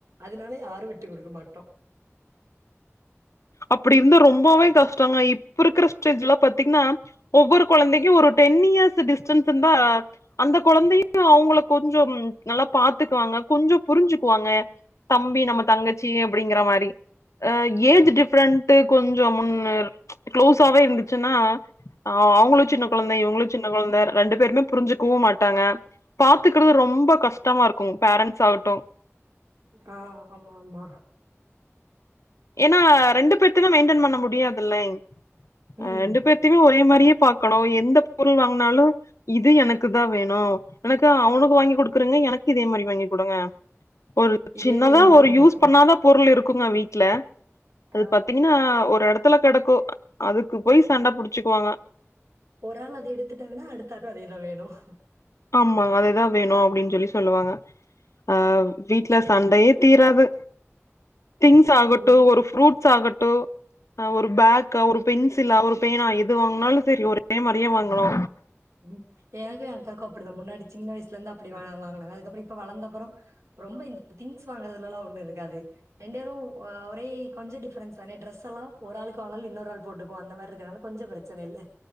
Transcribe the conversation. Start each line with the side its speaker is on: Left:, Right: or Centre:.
Right: அதுனால யாரும் விட்டு குடுக்க மாட்டோம்
Left: அப்டி இருந்தா ரொம்பவே கஷ்டங்க இப்ப இருக்கிற சுச்வேஷன்லாம் பாத்தீங்னா ஒவ்வொரு கொழந்தைக்கும் ஒரு டென் இயர்ஸ் டிஸ்டன்ஸ் இருந்தா அந்த கொழந்தையும் அவுங்கள கொஞ்சோம் நல்லா பாத்துக்குவாங்க கொஞ்சோம் புரிஞ்சுக்குவாங்க தம்பி நம்ம தங்கச்சி அப்டிங்கிற மாரி ஆ ஏஜ் டிப் ஃடிப்ரெண்ட் கொஞ்சோம் முன்னு க்ளோஸாவே இருந்துச்சுனா ஆ அவங்களும் சின்ன கொழந்த இவங்களும் சின்ன கொழந்த ரெண்டு பேருமே புரிஞ்சுக்கவும் மாட்டாங்க பாத்துக்றது ரொம்ப கஷ்டமா இருக்கும் பேரண்ட்ஸ் ஆகட்டும்
Right: ஆ ஆமா ஆமா
Left: ஏனா ரெண்டு பேத்தயும் மெயின்டன் பண்ண முடியாது இல்லே
Right: ம்.
Left: அ ரெண்டு பேத் தயு ஒரே மாரியே பாக்கணும் எந்த பொருள் வாங்னாலும் இது எனக்கு தான் வேணும் எனக்கு அவனுக்கு வாங்கி குடுக்குறிங்க எனக்கு இதே மாரி வாங்கி குடுங்க ஒரு
Right: இதே
Left: சின்னதா
Right: தான் இங்கேயும்
Left: ஒரு
Right: நடக்கும்.
Left: யூஸ் பண்ணாத பொருள் இருக்குங்க வீட்ல அது
Right: ஆ
Left: பாத்தீங்ன்னா ஒரு எடத்துல கெடக்கும் அதுக்கு போய் சண்ட புடிச்சுக்குவாங்க
Right: ஒரு ஆள் அத எடுத்துட்டாங்கனா அடுத்ததா அதேதான் வேணும்
Left: ஆமாங்க அதேதான் வேணும் அப்டின்னு சொல்லி சொல்லுவாங்க ஆ வீட்ல சண்டயே தீராது திங்ஸ் ஆகட்டு
Right: ம்.
Left: ஒரு ஃப்ரூட்ஸ் ஆகட்டு அ ஒரு பேக்கா ஒரு பென்சிலா ஒரு பேனா எது வாங்கனாலு சரி ஒரே மாரியே வாங்கணு
Right: ம் எனக்கு என் அக்காக்கு அப்படிதா முன்னாடி சின்ன வயசுல இருந்து அப்படி வ வாங்கனாங்க அதுக்கப்புறோ இப்ப வளந்த அப்பறோ ரொம்ப இந்த திங்ஸ் வாங்குறதுலல்லாஒண்ணு இருக்காது ரெண்டேரு அ ஒரே கொஞ்ச டிஃப்ரென்ஸ் தானே ட்ரெஸ் எல்லா ஒரு ஆளுக்கு வாங்னாலு இன்னொரு ஆள் போட்டுக்கோ அந்த மாதிரிதா கொஞ்ச பிரச்சன இல்ல